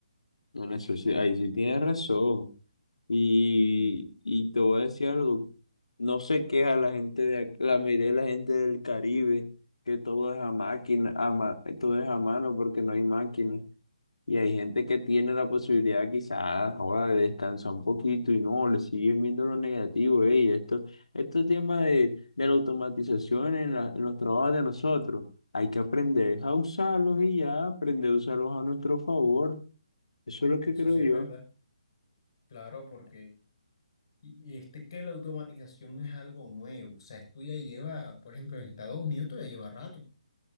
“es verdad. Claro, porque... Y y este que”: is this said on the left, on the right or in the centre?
Left